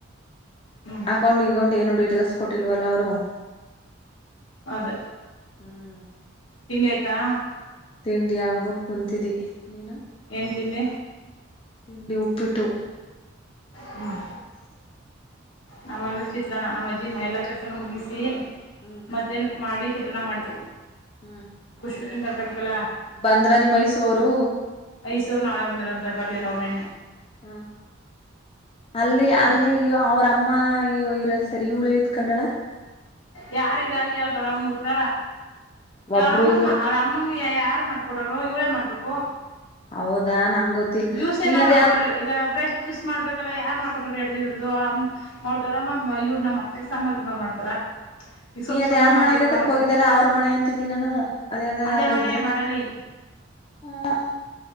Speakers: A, on the left; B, on the left.
A: ಹ್ಮ್
B: ಅಕೌಂಟ್ ಗಿಕೌಂಟ್ ಏನು ಡೀಟೇಲ್ಸ್ ಕೊಟ್ಟಿಲ್ವಲ್ಲ ಅವರು
A: ಅದ
B: ಹ್ಮ್
A: ತಿಂಡಿ ಆಯ್ತಾ
B: ತಿಂಡಿ ಆಗ್ಬಿಟ್ಟು ಕುಂತಿದ್ದಿ ನೀನು
A: ಏನ್ ತಿಂಡಿ
B: ತಿಂಡಿ ಈಪ್ಪಿಟ್ಟು
A: ಹ್ಮ್ ನಮ್ಮಲ್ಲಿ ಚಿತ್ರಾನ್ನ ನಮ್ಮಜ್ಜೀ ಎಲ್ಲ ಕರ್ಕೊಂಡು ಮುಗಿಸಿ
B: ಹ್ಮ್
A: ಮಧ್ಯಾನಕ್ ಮಾಡಿ ಚಿತ್ರಾನ್ನ ಮಾಡಿದೆ
B: ಹ್ಮ್
A: ವಂತರ್ತ <unintelligible>
B: ಬಂದ್ರ ನೀ ಮೈಸೂರು
A: ಐಸೂರು ನಾಳೆ ಬಂದರ ಅಂತ ಬರ್ಲಿಲೋನಿ
B: ಹ್ಮ ಅಲ್ಲಿ
A: ಹ
B: ಅಲ್ಲಿ ಅವ್ರಮ್ಮ ಇರ ಸರಿ ಉಳತ್ ಕಂಡಳ
A: ಯಾರ್ ಇಡಲ್ಲಿ ಯಾವ ದೊಡ ಬಂದ್ ಬಿಟ್ರ
B: ಒಬ್ರು
A: ರಾಮಣ
B: ಇಲ್ಲ
A: ರಾಮನ್ ಯಾರು ಮಾಡ್ಕೊಡೋರು ಇವಳೇ ಮಾಡ್ಬೇಕು
B: ಹೌದಾ ನಂಗ ಗೊತ್ತಿಲ್ಲ
A: ಜ್ಯೂಸ್
B: ನೀ
A: ಎಲ್ಲ ಮಾಡ್ಕೊೊಂಡ
B: ಅದ ಯಾರ್
A: ಈಗ ಬ್ರಸ್ಟ್ ಜ್ಯೂಸ್ ಮಾಡ್ಬೇಕಲ್ಲ ಯಾರ್ ಮಾಡ್ಕೊಟಾರ ಹಡು ಹಿಡುರ ಅಮ್ಮ ಅವ್ರ ದೊಡ್ಡಮ್ಮ ಇವ್ರ ನಮ್ಮ ಮತ್ತೆ ಸಾಂಬಾರ್ ಗಂಬಾರ್ ಮಾಡ್ತಾರ ಈಗ ಸೊಪ್ಪು
B: ನೀ ಅದ
A: ಸಾಂಬಾರ್
B: ಯಾರ್
A: ಮಾಡ್ಬೇಕು
B: ಮನೆಗೆ ಕರ್ಕ
A: ನಮ್ಮ ಅತ್ತೆ
B: ಹೋಗಿದ್ದೀರ ಅವ್ರ ಮನೆ ಅಂತಿದ್ದೀ ನಾನು ಅದೆಲ್ಲ
A: ಅದೇ ಮನೆ
B: ಇದ್ರ
A: ಮಾಡಲಿ
B: ಹ